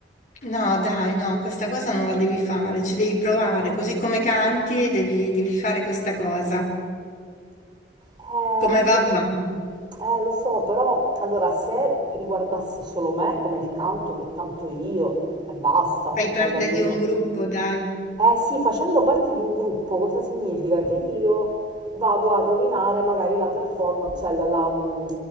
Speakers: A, on the left; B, on the right.
A: No, dai, no, questa cosa non la devi fare, ci devi provare, così come canti devi, devi fare questa cosa.
B: Eh,
A: Come va, va.
B: eh, lo so, però allora se riguardasse solo me, come il canto che canto io, e basta,
A: Fai parte
B: alla fine.
A: di un gruppo, dai.
B: Eh sì, facendo parte di un gruppo, cosa significa? Che io vado a rovinare magari la performance, cioè la, la, mh,